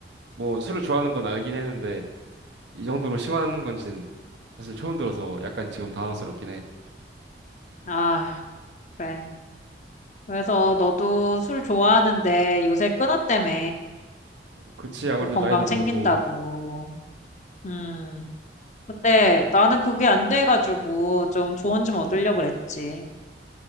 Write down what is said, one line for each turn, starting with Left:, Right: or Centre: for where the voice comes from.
Right: 뭐, 술을 좋아하는 건 알긴 했는데, 이 정도로 심한 건지는 사실 처음 들어서 약간 지금 당황스럽긴 해.
Left: 아, 그래. 그래서 너도 술 좋아하는데 요새 끊었다며.
Right: 그치, 아무래도
Left: 뭐 건강
Right: 나이도 들고,
Left: 챙긴다고. 음. 근데 나는 그게 안 돼가지고 좀 조언 좀 얻으려고 그랬지.